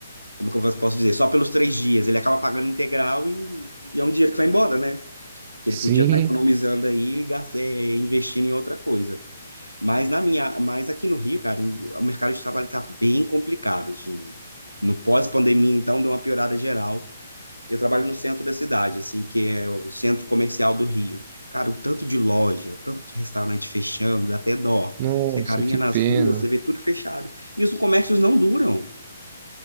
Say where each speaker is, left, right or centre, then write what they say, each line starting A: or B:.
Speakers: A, on the right; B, on the right.
A: como é que eu posso dizer, só pelos três dias, ele acaba pagando integral e, e é um dinheiro que vai embora, né? que
B: Sim.
A: ele podia estar economizando aí, e gas- eh, investindo em outra coisa. Mas na minha, mas aqui no Rio, cara, o mercado de trabalho está bem complicado, assim. No pós-pandemia, então, deu uma piorada geral. Eu trabalho no centro da cidade, assim, que é o centro comercial do Rio. Cara, o tanto de loja, o tanto de restaurante fechando, dá até dó.
B: Nossa,
A: Você caminha
B: que
A: nas
B: pena.
A: ruas, você vê tudo fechado. E os comércios não duram.